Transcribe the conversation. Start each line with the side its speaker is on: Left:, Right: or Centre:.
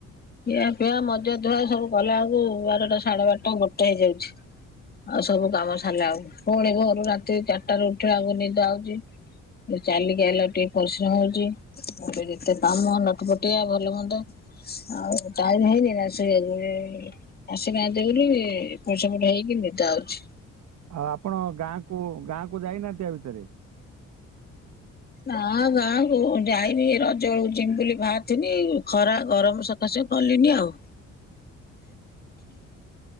Left: ଖିଆପିଆ ମଜାଧୁଆ ସବୁ କଲା ଉକୁ ବାରଟା ସାଢେ ବାରଟା ଗୋଟେ ହେଇଯାଉଛି। ଆଉ ସବୁ କାମ ସାରିଲା ଆଳକୁ ପୁଣି ଘରୁ ରାତି ଚାରିଟାରୁ ଉଠିବା ଆକୁ ନିଦ ଆଉଚି। ଏ ଚାଲିକି ଆଇଲା <unintelligible> ଟିକେ ପରିଶ୍ରମ ହଉଚି। ମୋର ଯେତେ ଦାମ ନଟପଟିଆ ଭଲ ହୁନ୍ଦ ଆଉ ଟାଇମ ହେଇନେଇ ନା ଶୋଇବାକୁ ଆସି ନାହାନ୍ତି ବୋଲି ଏପଟ ସେପଟ ହେଇକି ନିଦ ଆଉଛି
Right: ଆଉ ଆପଣ ଗାଁକୁ ଗାଁ କୁ ଯାଇନାହାନ୍ତି ଆ ଭିତରେ
Left: ଆଁ ଗାଁ କୁ ଯାଇନି ରଜ ବେଳକୁ ଜୀମିବୁଲି ବାହାରିଥିନି ଖରା ଗରମ ସ ତ ସେ କଲିନି ଆଉ।
Right: <inaudible>